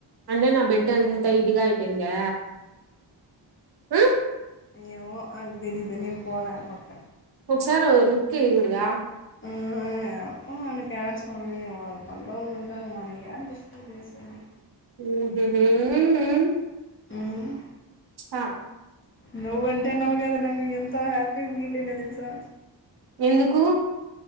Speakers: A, on the right; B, on the left.
A: అంటే నా బెడ్ అంత ఇదిగ అయితే ఉంధా ఉమ్
B: ఏయమో అక తెలీదు నేను పోాల పక్క
A: ఒకసార్ లుక్ వేయాకుడాధా
B: హు ఆ మనకి ఏడ స్వామి వాళ్ళ పనిలో వాళ్ళు ఉంటారు మనం ఎ డిస్టర్బ్ చేసేది
A: మ్ హుహు మ్ మ్
B: మ్
A: హ
B: నువ్వుంటే నవ్వు గద నకు ఎంత హ్యాపీగా ఫీలైన తెల్సా
A: ఎందుకు